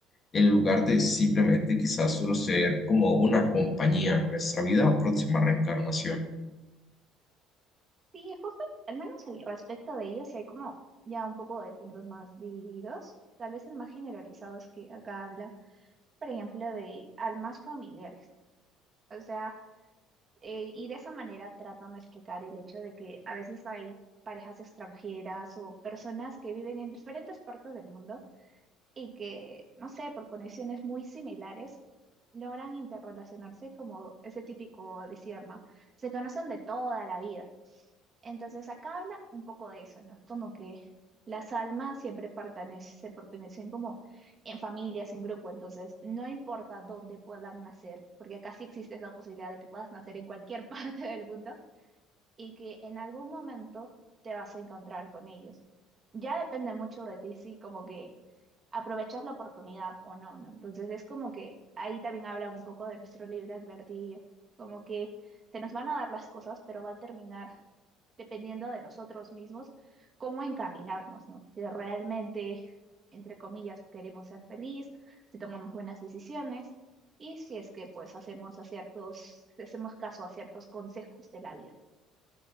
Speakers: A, on the left; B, on the right.
A: en lugar de simplemente quizás solo ser como una compañía en nuestra vida o próxima reencarnación.
B: Sí, justo, al menos al respecto de ellos, sí hay como ya un poco de puntos más divididos. Tal vez el más generalizado es que acá hablan, por ejemplo, de almas familiares. O sea, eh, y de esa manera tratan de explicar el hecho de que a veces hay parejas extranjeras o personas que viven en diferentes partes del mundo y que, no sé, por conexiones muy similares, logran interrelacionarse como ese típico decir, ¿no? Se conocen de toda la vida. Entonces acá habla un poco de eso, ¿no? Es como que las almas siempre pertenecen, se pertenecen como en familias, en grupo, entonces no importa dónde puedan nacer, porque acá sí existe esa posibilidad de que puedas nacer en cualquier <laughs> parte del mundo y que en algún momento te vas a encontrar con ellos. Ya depende mucho de ti, sí, como que aprovechas la oportunidad o no, ¿no? Entonces es como que ahí también hablan un poco de nuestro libre advertido, como que se nos van a dar las cosas, pero va a terminar dependiendo de nosotros mismos cómo encaminarnos, ¿no? Si realmente, entre comillas, queremos ser feliz, si tomamos buenas decisiones y si es que pues hacemos a ciertos, hacemos caso a ciertos consejos de la vida.